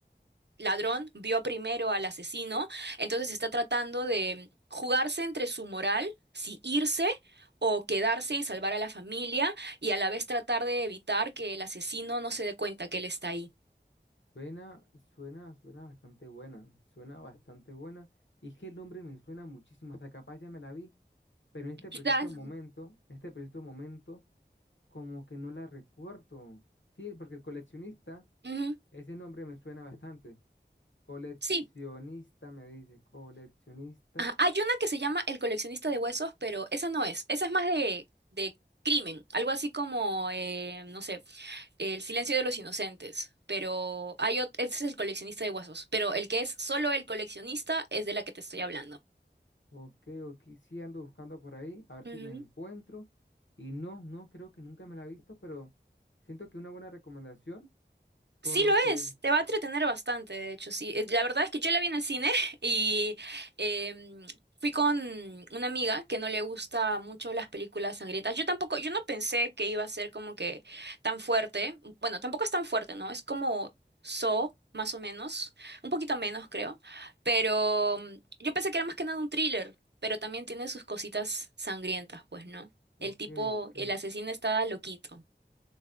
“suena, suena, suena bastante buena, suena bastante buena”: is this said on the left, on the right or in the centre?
Left